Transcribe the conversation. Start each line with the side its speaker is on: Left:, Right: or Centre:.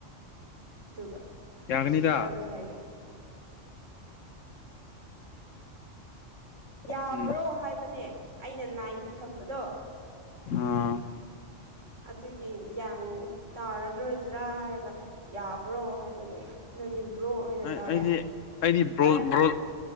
Right: ꯑꯗꯨꯒ
Left: ꯌꯥꯒꯅꯤꯗ
Right: ꯁꯤꯁꯇꯔꯒ ꯍꯥꯏꯌꯦ ꯌꯥꯕ꯭ꯔꯣ
Left: ꯎꯝ
Right: ꯍꯥꯏꯕꯅꯦ ꯑꯩꯅ ꯅꯥꯏꯟ ꯊꯝꯕꯗꯣ
Left: ꯑꯣ
Right: ꯑꯗꯨꯒꯤ ꯒ꯭ꯌꯥꯟ ꯇꯥꯔꯔꯣꯏꯗ꯭ꯔꯥ ꯍꯥꯏꯔꯒ ꯌꯥꯕ꯭ꯔꯣ ꯍꯥꯏꯕꯅꯤ ꯅꯪꯗꯤ ꯕ꯭ꯔꯣ ꯍꯥꯏꯅ
Left: ꯑꯩꯗꯤ
Right: ꯇꯥꯔꯦ
Left: ꯑꯩꯗꯤ ꯕ꯭ꯔꯣ
Right: ꯐꯔꯦ ꯐꯔꯦ
Left: ꯕ꯭ꯔꯣ